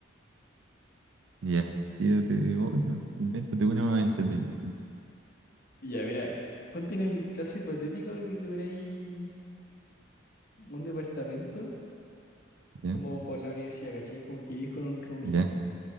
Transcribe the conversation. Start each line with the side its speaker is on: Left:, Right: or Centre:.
Right: Ya. Tírate otra. Invéntate una más entretenida.
Left: Y Ya, mira, ponte en el caso hipotético de que tuvierais un departamento
Right: Ya,
Left: como por la universidad, ¿cachai? Como que vivís con un roomie.
Right: ya.